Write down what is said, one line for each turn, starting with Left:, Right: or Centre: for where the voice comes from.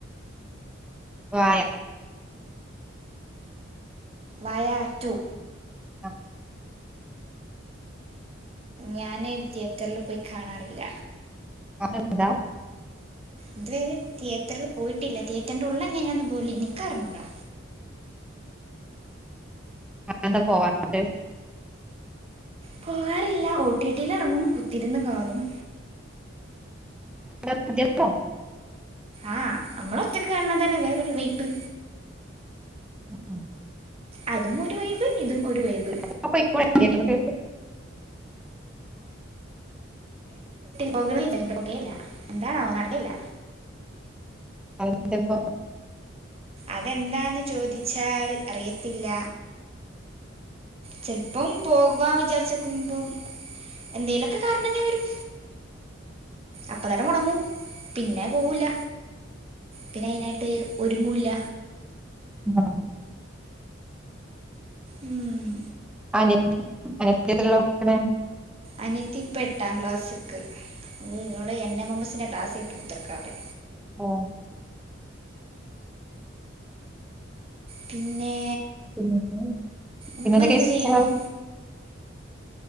Centre: വായ
Right: വായ റ്റൂ
Centre: ആ
Right: ഞാന് തിയേറ്ററിൽ പോയി കാണാറില്ല
Centre: അതെന്താ?
Right: ഇതുവരെ തിയേറ്ററിൽ പോയിട്ടില്ല തിയേറ്ററിന്റെ ഉള്ളെങ്ങഞാന്ന് പോലും ഇൻക്ക് അറിഞ്ഞൂടാ
Centre: അഎന്താ പോവാത്തെ?
Right: പോവാറില്ല ഓടിടിയില് എറങ്ങും കുത്തിരുന്ന് കാണും
Centre: <inaudible> മതിയല്ലോ
Right: ആഹ് അമ്മള് ഒറ്റക്ക് കാണ്ന്നതന്നെ വേറൊരു വൈബ്
Centre: ഉം
Right: അതും ഒരു വൈബ് ഇതും ഒരു വൈബ്
Centre: ന്നാ പോയ്ക്കൂടെ തിയേറ്റർക്ക്
Right: പോകണം വിചാരിക്കും പോകേല്യ എന്താണാവോ നടക്കലില്ല
Centre: അതെന്തേപ്പം?
Right: അതെന്താന്ന് ചോദിച്ചാൽ അറിയത്തില്ല ചെൽപ്പം പോവാ വിചാരിച്ച് നിക്കുമ്പോ എന്തേലൊക്കെ കാരണങ്ങൾ വരും അപ്പം തന്നെ മുടങ്ങും പിന്നെ പോവൂല പിന്നെ അയിനായിട്ട് ഒരുങ്ങുംല്ല
Centre: ആ
Right: ഉം
Centre: അനിയത്തി അനിയത്തി എത്രയില പടിക്കുന്നേ?
Right: അനിയത്തി ഇപ്പം എട്ടാം ക്ലാസ്സ്‌ക്ക് ഹ് ഓള് എൻ എം എം എസ്സിൻ്റെ ക്ലാസ് കേട്ട് കുത്തർക്ക അവിടെ
Centre: ഒ
Right: പിന്നെ.
Centre: പിന്നെ പിന്നെ
Right: ഉമ്മ
Centre: എന്തെക്കെ
Right: എന്ത്
Centre: വിശേഷങ്ങൾ?
Right: ചെയ്യുന്നു